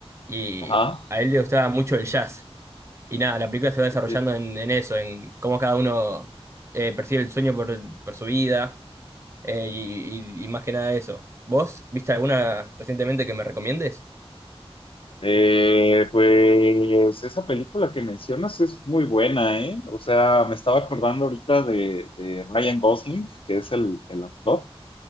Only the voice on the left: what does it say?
Ajá.
Sí,
sí, sí.
Eh, pues esa película que mencionas es muy buena, ¿eh? O sea, me estaba acordando ahorita de, de Ryan Gosling, que es el, el actor.